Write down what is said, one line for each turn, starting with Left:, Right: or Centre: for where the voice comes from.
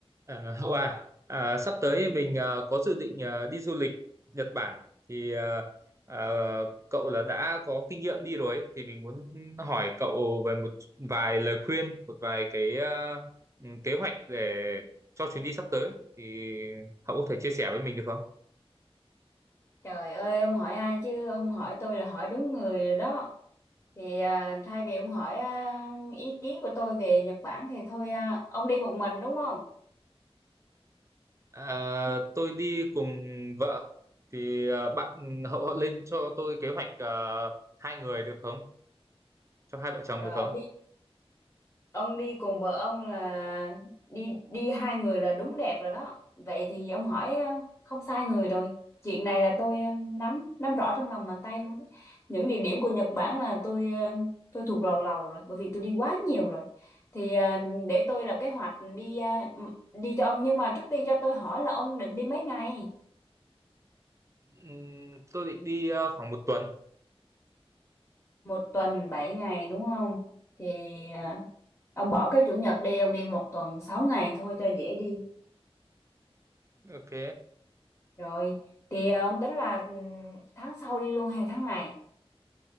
Right: À, Hậu à, à, sắp tới mình à, có dự định à, đi du lịch Nhật Bản thì à, à, cậu là đã có kinh nghiệm đi rồi ấy. Thì mình muốn hỏi cậu về một vài lời khuyên, một vài cái à, ừ, kế hoạch để cho chuyến đi sắp tới thì hậu có thể chia sẻ với mình được không?
Left: Trời ơi, ông hỏi ai chứ không hỏi tôi là hỏi đúng người rồi đó. Thì à, thay vì ông hỏi à, ý kiến của tôi về Nhật Bản thì thôi à, ông đi một mình đúng không?
Right: À, tôi đi cùng vợ thì à, bạn Hậu Hậu lên cho tôi kế hoạch à, hai người được không? Cho hai vợ chồng
Left: Rồi
Right: được không?
Left: ông đi ông đi cùng vợ ông là đi đi hai người là đúng đẹp rồi đó vậy thì ông hỏi ờ, không sai người rồi chuyện này là tôi ờ, nắm nắm rõ trong lòng bàn tay luôn đấy những địa điểm của Nhật Bản là tôi ờ, tôi thuộc lầu lầu rồi bởi vì tôi đi quá nhiều rồi thì ờ, để tôi lập kế hoạch đi ờ, m- đi cho ông nhưng mà trước tiên cho tôi hỏi là ông định đi mấy ngày
Right: Ừm, tôi định đi à, khoảng một tuần
Left: một tuần bảy ngày đúng không thì ờ, ông bỏ cái chủ nhật đi ông đi một tuần sáu ngày thôi cho dễ đi
Right: Ok.
Left: Rồi, thì à, ông tính là ừ, tháng sau đi luôn hay tháng này?